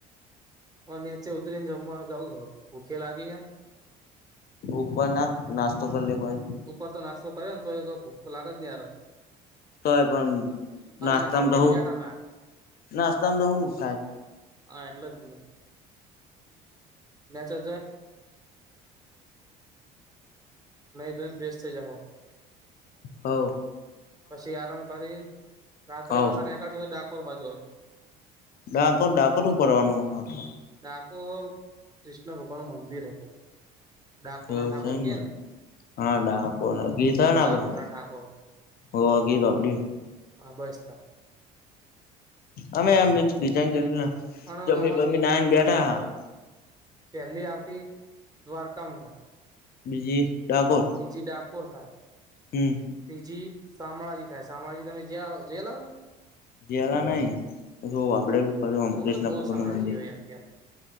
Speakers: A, on the right; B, on the left.
A: અને <unintelligible> ઉતરીને જમવા જવું હો ભૂખે લાગી હે
B: ઉપર ના નાસ્તો કરલે કોય
A: ઉપર તો નાસ્તો કરે ને તો ભૂખ તો લાગે જ નહી હાર
B: તોય પણ નાસ્તામાં
A: નાસ્તો કરીને
B: તો હું
A: બેઠા તા
B: નાસ્તામાં તો હું <unintelligible>
A: હા એટલે જ ને <unintelligible> નાઈ ધોઈ ને ફેશ થઈ જાઓ.
B: હ.
A: પછી આરામ કરી રાત્રે
B: હવ
A: પાછા નેકળશે તો ડાકોર બાજુ
B: ડાકોર
A: ફરવા
B: ડાકોર હું કરવાનું આમ આપડું
A: ડાકોર કૃષ્ણ ભગવાન મંદિર હતું. ડાકોરના
B: તો એવું
A: ઠાકોર
B: છે એમને
A: કેને
B: <unintelligible>
A: ડાકોર ના ઠાકોર હા બસતો.
B: અમે આ મિક્સ ડિઝાઇન કરીને
A: અને
B: જમી
A: આમાં
B: બમી
A: કેવું
B: નાઈને બેઠા
A: પહેલી આરતી દ્વારકામ થાય.
B: બીજી ડાકોર
A: બીજી ડાકોર થાય.
B: હમ.
A: બીજી શામળાજી થાય શામળાજી તમે જયા જયા લાવો.
B: જલા નહી વાપડેલું
A: હું
B: ખ કૃષ્ણ
A: તો બહુ
B: ભગવાન
A: શામળાજી
B: નું મંદિર.
A: જોયા પેલા